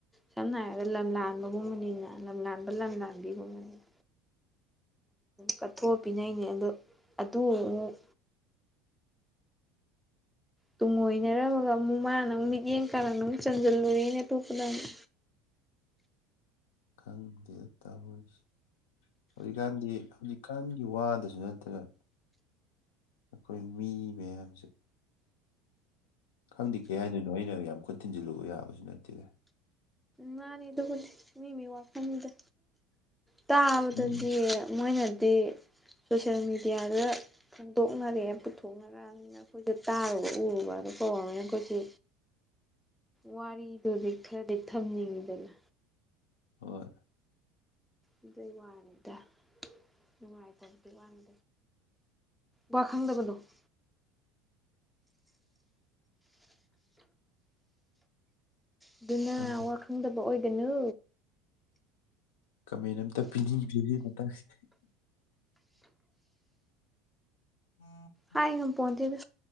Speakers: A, in the centre; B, on the left.
A: ꯁꯝꯅ ꯍꯥꯏꯔꯕꯗ ꯂꯝ ꯂꯥꯟꯕꯒꯨꯝꯕꯅꯤꯅ ꯂꯝꯂꯥꯟꯕ ꯂꯝ ꯂꯥꯟꯕꯤꯒꯨꯝꯕꯅꯤꯅ ꯀꯠꯊꯣꯛꯑ ꯄꯅꯩꯅꯦ ꯑꯗꯨ ꯑꯗꯨ ꯑꯃꯨꯛ ꯇꯨꯡꯑꯣꯏꯅꯔꯃꯒ ꯑꯃꯨꯛ ꯃꯥꯅ ꯑꯃꯨꯛ ꯃꯤꯠꯌꯦꯡ ꯀꯥꯔꯟ ꯑꯃꯨꯛ ꯆꯟꯖꯜꯂꯨꯔꯦꯅꯦ ꯑꯇꯣꯞꯄꯗꯃꯨꯛ
B: ꯈꯪꯗꯦꯗ ꯇꯧꯔꯤꯁꯦ ꯍꯧꯖꯤꯛꯀꯥꯟꯗꯤ ꯍꯧꯖꯤꯛꯀꯥꯟꯒꯤ ꯋꯥꯗꯁꯨ ꯅꯠꯇꯅ ꯑꯩꯈꯣꯏ ꯃꯤ ꯃꯌꯥꯝꯁꯦ ꯈꯪꯗꯦ ꯀꯩ ꯍꯥꯏꯗꯣꯏꯅꯣ ꯑꯩꯅ ꯌꯥꯝ ꯈꯨꯠ ꯊꯤꯟꯖꯤꯜꯂꯨꯕ ꯌꯥꯕꯁꯨ ꯅꯠꯇꯦ
A: ꯃꯥꯅꯦ ꯑꯗꯨꯕꯨꯗꯤ ꯃꯤꯃꯤ ꯋꯥꯈꯜꯅꯤꯗ ꯇꯥꯕꯗꯗꯤ
B: ꯃꯤꯁꯦ
A: ꯃꯣꯏꯅꯗꯤ ꯁꯣꯁꯤꯌꯦꯜ ꯃꯦꯗꯤꯌꯥꯗ ꯐꯣꯡꯗꯣꯛꯅꯔꯦ ꯄꯨꯊꯣꯛꯅꯔꯒ ꯑꯈꯣꯏꯗꯤ ꯇꯥꯔꯨꯕ ꯎꯔꯨꯕ ꯗꯣ ꯀꯧꯕꯅꯤꯅ ꯑꯩꯈꯣꯏꯗꯤ ꯋꯥꯔꯤꯗꯨꯗꯤ ꯈꯔꯗꯤ ꯊꯝꯅꯤꯡꯕꯅꯤ
B: ꯍꯣꯏ
A: ꯑꯗꯨꯏ ꯋꯥꯅꯤꯗ ꯅꯨꯡꯉꯥꯏꯇꯕꯗꯨꯢ ꯋꯥꯅꯤ ꯋꯥ ꯈꯪꯗꯕꯅꯨꯞ <inaudible> ꯑꯗꯨꯅ
B: ꯈꯪꯗꯦ
A: ꯋꯥ ꯈꯪꯗꯕ ꯑꯣꯏꯒꯅꯨ
B: ꯀꯃꯦꯟ ꯑꯝꯇ ꯄꯤꯕꯤ <unintelligible> ꯃꯇꯥꯡꯁꯤ <inaudible>
A: ꯍꯥꯏ ꯉꯝꯄꯣꯟꯇꯦꯗ